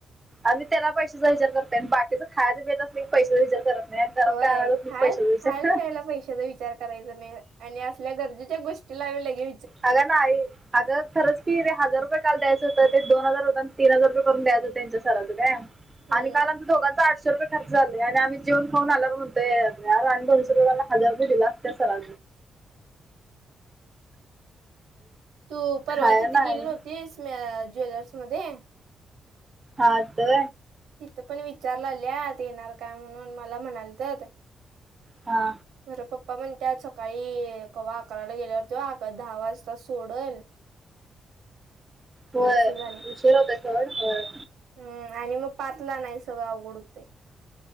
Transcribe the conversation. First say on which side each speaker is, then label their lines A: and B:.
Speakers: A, on the right; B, on the right.
A: आम्ही त्याला पैशाचा विचार करतनाही आणि बाकीचं खायचं पियचं असल की पैसेचा विचार करत नाही. घरात
B: होय
A: काय आणायचं असलं
B: खाल
A: की पैशाचा विचार
B: खाल प्यायला पैशाचा विचार. करायच नाही आणि असल्या गरजेच्या गोष्टी लागल्या की
A: झाल का आई. अगं खरच की ते हजार रुपये काल द्यायचं होतं ते दोन हजार होत आणि तन हजार रुये करून द्यायच हों त्यांच्या सराचं काय.
B: हम्म
A: आणि काल आम दोघात आठशे रुपये खर्च झालेय आणि आम्ही जेऊन खऊन आल्यावरणोयर आणि दोनशे रुपया मला हार रुपये दिला त्या सरा
B: तू परवा
A: खाया
B: तिथे
A: नाही
B: गेली नव्हती ज्वेलर्स मध्ये.
A: हा त.
B: तिथं पण विचारला लत येणार काय म्हणून मला म्हणाल तर.
A: हा.
B: बर पप्पा म्हणतातात सकाळी कवा. अकाला गेल्यावर त आ दहा वाजता सोडल.
A: होय
B: असं झालं
A: उशीराहते चड होय.
B: हम्म आणि मग पातला नाही सगळं अवघड ते.